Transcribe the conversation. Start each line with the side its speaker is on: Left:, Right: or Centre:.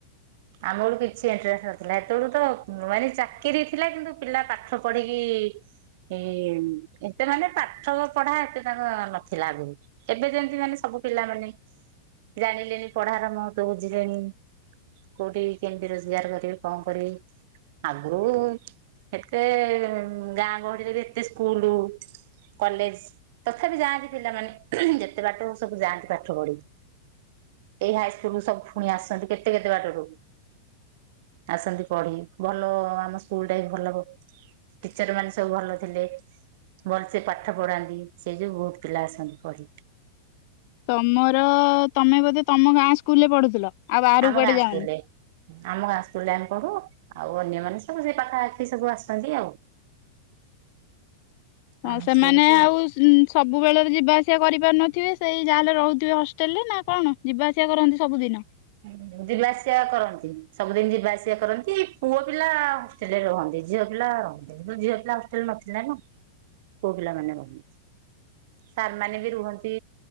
Right: ଆମ ବଳୁ କିଛି ଏଣ୍ଟ୍ରାନ୍ସ ନଥିଲା ଏତେବେଳୁ ତ ମାନେ ଚାକିରି ଥିଲା କିନ୍ତୁ ପିଲା ପାଠ ପଢିକି। <unintelligible> ଏ ଏତେ ମାନେ ପାଠ ପଢା ଏତେ ତାଙ୍କ ନଥିଲା ବି ଏବେ ଯେମିତି ମାନେ ସବୁ। ସବୁ ପିଲାମାନେ ଜାଣିଲେଣି ପଢାର ମହତ୍ଵ ବୁଝିଲେଣି। କୋଉଠି କେମତି ରୋଜଗାର କରିବି କଣ କରିବି ଆଗରୁ ଏତେ ଗାଁ ଗହଳିରେ ବି ଏତେ ସ୍କୁଲ କଲେଜ ତଥାପି ଯାଆନ୍ତି ପିଲାମାନେ ଯେତେ ବାଟ ସବୁ ଯାଆନ୍ତି ପାଠ ପଢି। ଏଇ ହାଇ ସ୍କୁଲ ରୁ ସବୁ ପୁଣି ଆସିୁଛନ୍ତି କେତେ କେତେ ବାଟରୁ। ଆସନ୍ତି ପଢି ଭଲ ଆମ ସ୍କୁଲ ଟା ବି ଭଲ ଟିଚରମାନେ ସବୁ ଭଲ ଥିଲେ। ଭଲସେ ପାଠ ପଢାନ୍ତି। ସେ ଯୋଉୁ ବହୁତ ପିଲା ଆସନ୍ତି ପଢି।
Left: ତମର ତମେ ବୋଧେ ତମ ଗାଁ ସ୍କୁଲରେ ପଢୁଥିଲ। ଆଉ ବାହାର
Right: ଆମ
Left: କୁଆଡେ
Right: ଗାଁ
Left: ଯାଉନି।
Right: ସ୍କୁଲରେ। ଆମ ଗାଁ ସ୍କୁଲ୍ ରେ ଆମେ ପଢୁ ଆଉ ଅନ୍ୟମାନେ ସବୁ ଯିଏ ପାଖା ପାଖି ସବୁ ଆସନ୍ତି ଆଉ। ଆମ
Left: ହଁ ସେମାନେ
Right: ସ୍କୁଲକୁ
Left: ଆଉ ଉ ସବୁବେଳରେ ଯିବା ଆସିବା କରିପାରୁନଥିବେ। ସେଇ ଯାହାଲେ ରହୁଥିବେ ହଷ୍ଟେଲରେ ନା କଣ ଯିବା ଆସିବା କରନ୍ତି ସବୁଦିନ।
Right: ହୁଁ। ଯିବା ଆସିବା କରନ୍ତି। ସବୁଦିନି ଯିବାଆସିବା କରନ୍ତି ପୁଅ ପିଲା ହଷ୍ଟେଲ ରେ ରହନ୍ତି। ଝିଅ ପିଲା ର ଝିଅ ପିଲା ହଷ୍ଟଲ ନଥିଲା ନା ପୁଅ ପିଲାମାନେ ରହୁନ୍ତି। ସାରମାନେ ବି ରୁହନ୍ତି